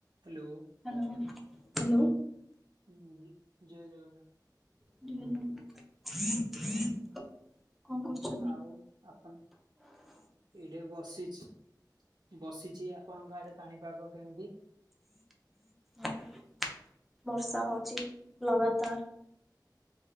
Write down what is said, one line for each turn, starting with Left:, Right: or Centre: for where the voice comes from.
Right: ହ୍ୟାଲୋ।
Centre: Hello hello.
Right: ଉଁ, ଜୟ ଜଗନ୍ନାଥ
Centre: <unintelligible> କଣ କରୁଛ?
Right: ଆଉ ଆପଣ ଏଇଟେ ବସିଛି, ବସିଛି ଆପଣଙ୍କ ଆଡେ ପାଣିପାଗ କେମିତି?
Centre: <inaudible> ବର୍ଷା ହଉଚି ଲଗାତାର।